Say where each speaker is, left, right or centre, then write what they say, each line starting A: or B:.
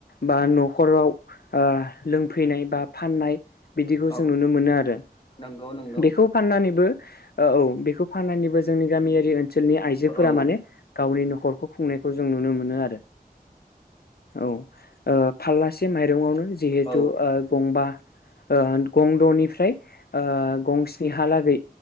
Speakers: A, on the left; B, on the left.
A: बा नख'राव ओ‌ लोंफैनाय बा फाननाय बिदिखौ
B: औ
A: जों नुनो मोनो आरो
B: नंगौ नंगौ
A: बेखौ फाननानैबो ओ औ बेखौ फाननानैबो जोंनि गामियारि ओनसोलनि आइजोफोरा
B: औ
A: माने गावनि न'खरखौ खुंनायखौ जों नुनो मोनो आरो। औ ओ फाल्लासे माइरंआवनो जिहेथु
B: औ
A: गंबा ओ गं दनिफ्राय गं स्निहालागै